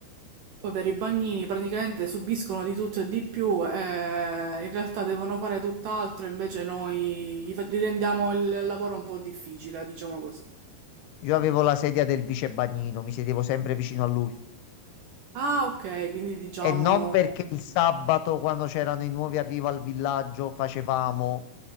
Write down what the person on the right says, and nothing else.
Poveri bagnini, praticamente subiscono di tutto e di più, eh, in realtà devono fare tutt'altro, invece noi gli fa- gli rendiamo il lavoro un po' difficile, diciamo così.
Ah, ok, quindi diciamo...